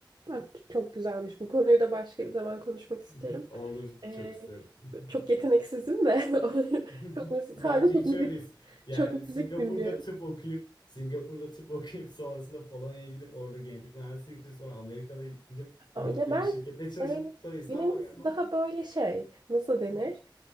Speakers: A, on the right (about 60°); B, on the left (about 65°).
A: Ama Çok güzelmiş. Bu konuyu da başka bir zaman konuşmak isterim.
B: <laughs> Olur,
A: Ee,
B: çok isterim. <laughs>
A: çok yeteneksizim de.
B: <laughs>
A: <laughs> Çok müzik,
B: Bence
A: sadece çok
B: hiç
A: müzik,
B: öyle değil. Yani
A: çok
B: Singapur'da
A: müzik dinliyorum.
B: tıp okuyup Singapur'da tıp <laughs> okuyup sonrasında Polonya'ya gidip orada genetik mühendisliği bitirip sonra Amerika'da gidip
A: Ama
B: New York'ta
A: Ya ben
B: bir şirkette çalışıp
A: yani
B: sonra İstanbul'a
A: benimkisi
B: gelmem.
A: daha böyle şey nasıl denir?